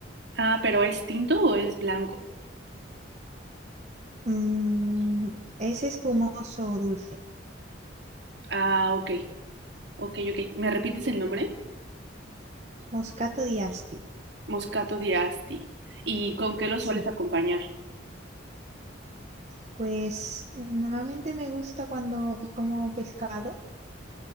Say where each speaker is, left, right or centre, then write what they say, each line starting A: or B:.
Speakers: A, on the right; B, on the right.
A: Ah, pero ¿es tinto o es blanco?
B: Mm, es espumoso dulce,
A: Ah, ok, ok, ok. ¿Me repites el nombre?
B: Moscato di Asti,
A: Moscato di Asti. ¿Y con qué lo
B: sí.
A: sueles acompañar?
B: Pues normalmente me gusta cuando como pescado